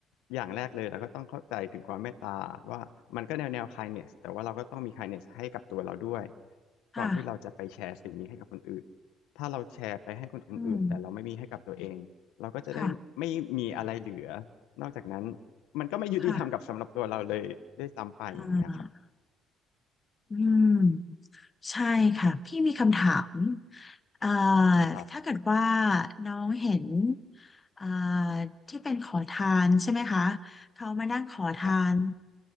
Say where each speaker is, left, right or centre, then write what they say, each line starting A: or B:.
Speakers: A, on the left (about 80°); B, on the left (about 25°).
A: อย่างแรกเลยเราก็ต้องเข้าใจถึงความเมตตาว่ามันก็แนวแนว kindness แต่ว่าเราก็ต้องมี kindness ให้กับตัวเราด้วย
B: ค่ะ
A: ก่อนที่เราจะไปแชร์สิ่งนี้ให้กับคนอื่นถ้าเราแชร์ไปให้คนอื่นแต่เราไม่มีให้กับตัวเองเราก็จะได้ไม่มีอะไรเหลือ
B: อืมค่ะ
A: นอกจากนั้นมันก็ไม่ยุติธรรมกับสำหรับตัวเราเลยด้วยซ้ำไปอย่างเงี้ยครับ
B: ค่ะอ่าอืมใช่ค่ะ พี่มีคำถามเอ่อ
A: ครับ
B: ถ้าเกิดว่าน้องเห็นเอ่อที่เป็นขอทานใช่ไหมคะ เขามานั่งขอทาน
A: ครับ